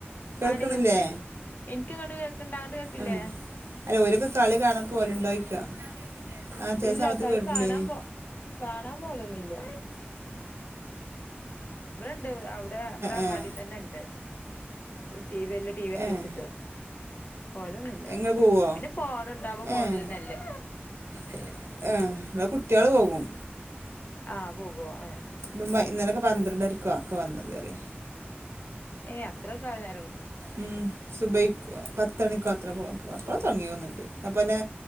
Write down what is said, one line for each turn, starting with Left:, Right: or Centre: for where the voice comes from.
Right: കേൾക്കണില്ലേ
Left: ആടി കേൾക്ക്ണ്ട് ഇൻക്ക് ഇങ്ങട്ട് കേൾക്ക്ണ്ട് അങ്ങട്ട് കേൾക്കില്ലേ
Right: ആഹ് അല്ല ഓലൊക്കെ കളി കാണാൻ പോവലുണ്ടോ ചോയ്ക്കാ ആഹ് ചെല
Left: ഇല്ല
Right: സമയത്ത്
Left: കളി
Right: കേട്ടിട്ടില്ലേനിം
Left: കാണാൻ പോ കാണാൻ പോലൊന്നുല്ല ഇവിടെണ്ട് അവിടെ ഇവിടെ അങ്ങാടി
Right: ഏഹ്
Left: തന്നെണ്ട്. ടി വി വല്യ ടി വി ക്കെ
Right: ഏഹ്
Left: വെച്ചിട്ട് പോവലൊന്നും ഇല്ല
Right: ഇങ്ങള് പോവോ
Left: ഇതിന് ഫോണ് ഇണ്ടാവുമ്പോ ഫോണില്
Right: ഏഹ്
Left: തന്നെ ഇല്ലേ
Right: ആഹ് അഹ് ഇവിടെ കുട്ട്യാള് പോകും
Left: ആഹ് പോകോ ഏഹ്
Right: ഇപ്പം ഇന്നലൊക്കെ പന്ത്രണ്ടരക്കോ ഒക്കെ വന്നത് ഓല്
Left: ഏഹ് അത്ര ഒക്കെ ആയിലെ
Right: ഉം സുബഹിക്ക് പ ത്തണിക്കോ അത്രക്കോ അപ്പളാ തുടങ്ങിയത് തോന്നുണ്ട് അതുപോലെ